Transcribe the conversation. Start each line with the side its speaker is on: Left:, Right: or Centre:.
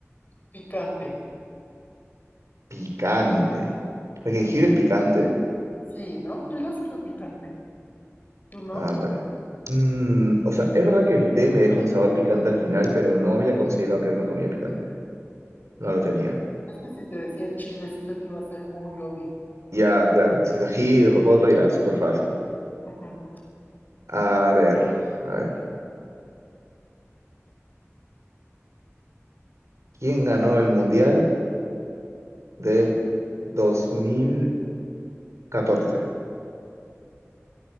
Left: Picante.
Right: Picante. ¿El jengibre es picante?
Left: Sí, ¿no? Yo lo siento picante. ¿Tú no?
Right: Ah, vale. Mm, o sea, es verdad que el té me deja un sabor picante al final, pero no había considerado que era una comida picante. No lo tenía.
Left: Es que si te decía chile, siento que iba a ser muy obvio.
Right: Ya, claro, pues es ají y rocoto, ya, súper fácil.
Left: <laughs>
Right: A ver, a ver. ¿Quién ganó el Mundial del dos mil catorce?